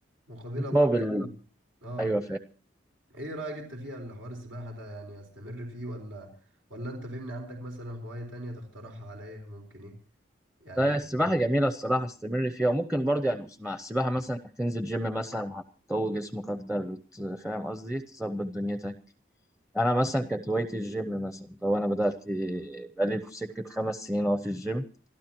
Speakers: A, on the right; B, in the centre.
A: مقابلها
B: مقابل
A: برضو فلوس. اه
B: ايوه فاهم
A: ايه رأيك انت فيها الحوار السباحة ده يعني استمر فيه ولا ولا انت فهمني عندك مثلا هواية تانية تقترحها عليا ممكن ايه يعني
B: لا
A: تجيبها؟
B: السباحة جميلة الصراحة استمر فيها وممكن برضه يعني اسمع السباحة مثلا هتنزل جيم مثلا هتقوي جسمك أكتر وت- فاهم قصدي تظبط دنيتك أنا مثلا كانت هوايتي الجيم مثلا لو أنا بدأت بقالي في سكة خمس سنين أهو في الجيم